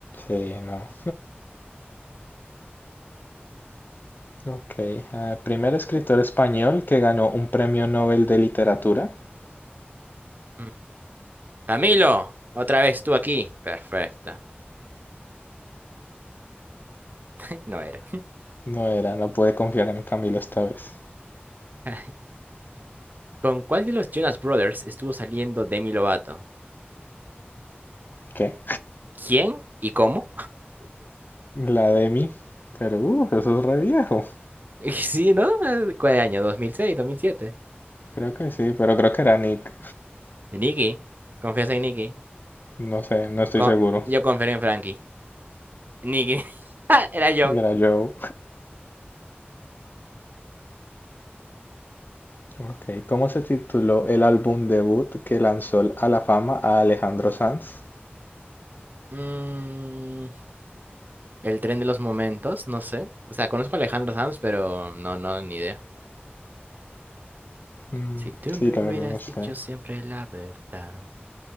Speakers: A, on the left; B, on the right.
A: Sí, no. Ok. ah, primer escritor español que ganó un premio Nobel de literatura.
B: Mm, Camilo, otra vez tú aquí. Perfecta. <laughs> No era.
A: No era, no pude confiar en Camilo esta vez.
B: <laughs> ¿Con cuál de los Jonas Brothers estuvo saliendo Demi Lovato?
A: ¿Qué?
B: ¿Quién y cómo?
A: La demi Pero, uh, eso es re viejo.
B: <laughs> Y sí, ¿no? Eh, ¿Cuál año? dos dos mil seis dos mil siete
A: Creo que sí, pero creo que era Nick.
B: Nicky. Confianza en Nicky.
A: No sé, no estoy
B: Co-
A: seguro.
B: yo confiero en Frankie. Nicky. <laughs> Era yo.
A: <laughs> Era Joe. Ok, ¿cómo se tituló el álbum debut que lanzó a la fama a Alejandro Sanz?
B: Mm, el tren de los momentos, no sé. O sea, conozco a Alejandro Sanz, pero no, no, ni idea.
A: Mm,
B: Si tú
A: sí,
B: me
A: la verdad
B: hubieras
A: no sé.
B: dicho siempre la verdad.